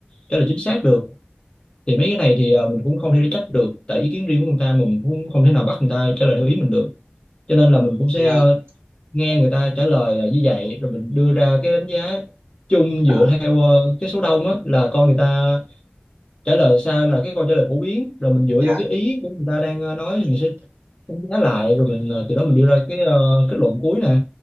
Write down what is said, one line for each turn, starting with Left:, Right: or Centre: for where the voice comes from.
Left: trả lời chính xác được thì mấy cái này thì ờ, mình cũng không thể trách được tại ý kiến riêng của người ta mà mình cũng không thể nào bắt người ta trả lời theo ý mình được cho nên là mình cũng sẽ
Right: Dạ,
Left: ờ, nghe người ta trả lời ờ, như vậy rồi mình đưa ra cái đánh giá chung dựa
Right: à,
Left: theo ờ, cái số đông á là coi người ta trả lời sao là cái câu trả lời phổ biến rồi mình dựa
Right: dạ,
Left: vô cái ý của người ta đang ờ, nói thì mình sẽ đánh giá lại rồi mình ờ, từ đó mình đưa ra cái ờ, kết luận cuối nè